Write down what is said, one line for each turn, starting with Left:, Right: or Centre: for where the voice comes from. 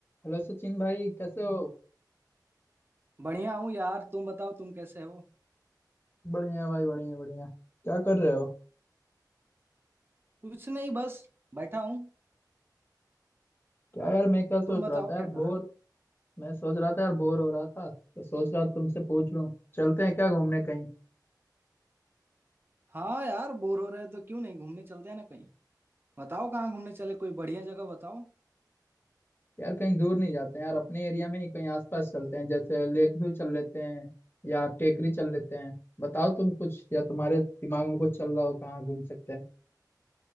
Left: Hello Sachin भाई कैसे हो
Right: बढ़िया हूँ यार तुम बताओ तुम कैसे हो
Left: बढ़िया भाई बढ़िया बढ़िया क्या कर रहे हो
Right: कुछ नहीं बस बैठा हूँ
Left: क्या यार मैं क्या सोच
Right: तुम बताओ
Left: रहा था यार
Right: क्या कर
Left: बोर
Right: रहे हो
Left: मैं सोच रहा था यार बोर हो रहा था तो सोच रहा तुमसे पूछ लूं चलते हैं क्या घूमने कहीं
Right: हाँ यार बोर हो रहे हो तो क्यों नहीं घूमने चलते हैं ना कहीं बताओ कहाँ घूमने चले कोई बढ़िया जगह बताओ
Left: यार कहीं दूर नहीं जाते हैं यार अपने एरिया में ही कहीं आसपास चलते हैं जैसे लेक व्यू चल लेते हैं या टेकरी चल लेते हैं बताओ तुम कुछ या तुम्हारे दिमाग में कुछ चल रहा हो कहाँ घूम सकते हैं